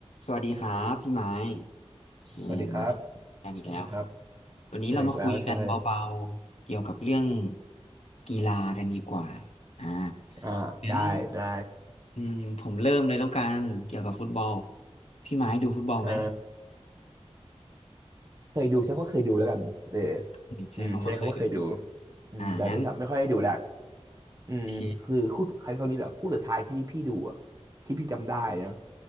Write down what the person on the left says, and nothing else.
สวัสดีครับพี่ไม้โอเคมา
กันอีกแล้ว
วันนี้เรามาคุยกันเบาๆเกี่ยวกับเรื่อง
กีฬากันดีกว่าอ่า
งั้นอืมผมเริ่มเลยแล้วกันเกี่ยวกับฟุตบอลพี่ไม้ดูฟุตบอลไหม
อืมใช่คำว่าเคยดู
อ่างั้น
โอเค